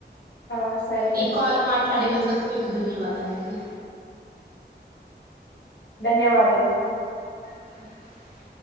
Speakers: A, on the left (about 75°); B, on the right (about 55°).
A: ఆ సరే
B: ఈ
A: అండి
B: కాల్ మాట్లాడినందు మీకు ధన్యవాదాలండి
A: ధన్యవాదలండి
B: <unintelligible>